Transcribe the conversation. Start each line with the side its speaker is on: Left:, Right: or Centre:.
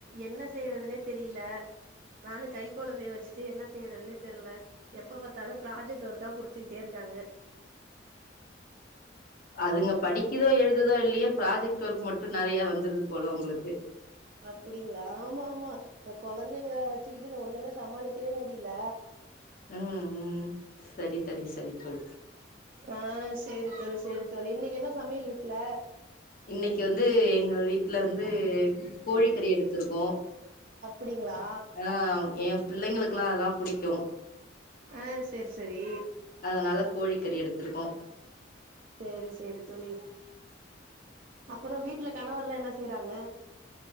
Right: என்ன செய்றதுன்னே தெரில நானு கை கொழந்தைய வச்சிட்டு என்ன செய்றதுன்னே தெரில எப்ப பாத்தாலு ப்ராஜெக்ட் ஒர்க்கா குடுத்துக்கிட்டே இருக்காங்க
Left: அதுங்க படிக்குதோ எழுதுதோ இல்லையோ ப்ராஜெக்ட் ஒர்க் மட்டு நெறையா வந்துருது போல உங்களுக்கு
Right: அப்டிங்களா ஆமா ஆமா இந்த கொழந்தைங்கள வச்சிக்கிட்டு நா ஒண்ணுமே சமாளிக்கவே முடியல
Left: ம் ம் சரி தோழி சரி தோழி
Right: ஆ சேரி தோழி சேரி தோழி இன்னக்கி என்ன சமையல் வீட்ல
Left: இன்னக்கி வந்து எங்க வீட்ல வந்து கோழிக்கறி எடுத்துருக்கோ
Right: அப்டிங்களா
Left: ஆ ஏ புள்ளைங்களுக்குல்லா அதா புடிக்கு
Right: ஆ சேரி சேரி
Left: அதனால கோழிக்கறி எடுத்துருக்கோ
Right: சேரி சேரி தோழி அப்பறோ வீட்ல கணவர்ல்லா என்ன செய்றாங்க